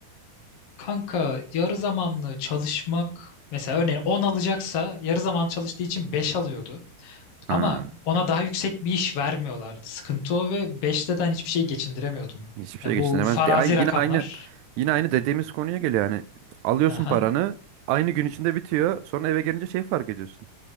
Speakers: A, on the left (about 50°); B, on the right (about 80°).
A: kanka yarı zamanlı çalışmak mesela örneğin 10 alacaksa yarı zaman çalıştığı için 5 alıyordu.
B: Ha,
A: Ama ona daha yüksek bir iş vermiyorlardı. Sıkıntı o ve 5'te de hani hiçbir şey geçindiremiyordun.
B: hiçbir şey
A: Ya
B: geçinemez.
A: bu farazi
B: De- ay-
A: rakamlar.
B: yine aynı yine aynı dediğimiz konuya geliyor yani. Alıyorsun
A: Aha.
B: paranı, aynı gün içinde bitiyor. Sonra eve gelince şey fark ediyorsun.